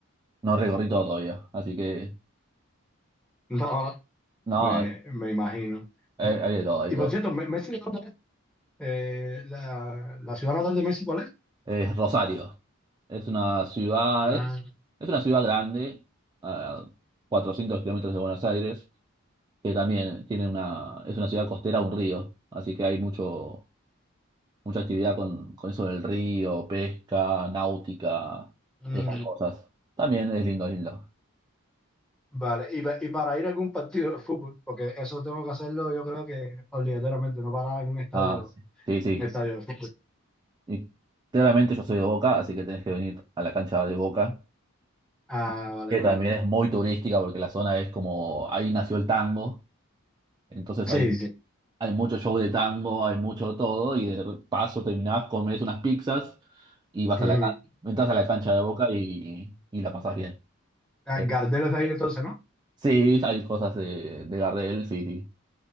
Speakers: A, on the right; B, in the centre.
A: no recorrí todo todavía. Así que,
B: No,
A: no,
B: me,
A: hay,
B: me imagino.
A: hay- hay de todo, hay
B: Y
A: de
B: por
A: todo.
B: cierto, Me- Messi, ¿de ¿dónde es? Eh, la, la ciudad natal de Messi, ¿cuál es?
A: Es Rosario. Es una ciudad,
B: Ah,
A: es, es una ciudad grande, a 400 kilómetros de Buenos Aires, que también tiene una, es una ciudad costera, un río. Así que hay mucho, mucha actividad con, con eso del río, pesca, náutica,
B: mm.
A: todas esas cosas. También es lindo, es lindo.
B: Vale, y, pa- y para ir a algún partido de fútbol, porque eso tengo que hacerlo yo creo que obligatoriamente, no parar en un estadio,
A: Ah, sí, sí. sí.
B: un estadio de fútbol.
A: Y claramente yo soy de Boca, así que tenés que venir a la cancha de Boca,
B: Ah, vale,
A: que
B: vale,
A: también
B: vale.
A: es muy turística porque la zona es como, ahí nació el tango, entonces
B: Sí,
A: ahí
B: sí.
A: hay mucho show de tango, hay mucho de todo, y de paso terminás, comes unas pizzas y vas
B: Ujú.
A: a la cancha, entras a la cancha de Boca y, y la pasás bien.
B: Ah,
A: Eh,
B: Gardel es de ahí entonces, ¿no?
A: sí, hay cosas de, de Gardel, sí, sí.